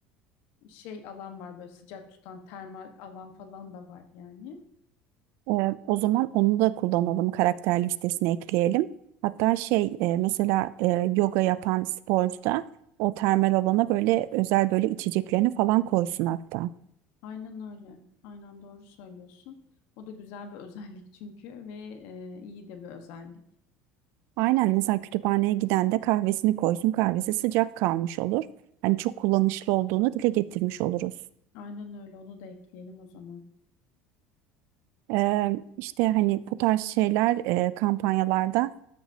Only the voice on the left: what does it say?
şey alan var böyle sıcak tutan termal alan falan da var yani.
Aynen öyle. Aynen doğru söylüyorsun. O da güzel bir <laughs> özellik çünkü ve e, iyi de bir özellik.
Aynen öyle onu da ekleyelim o zaman.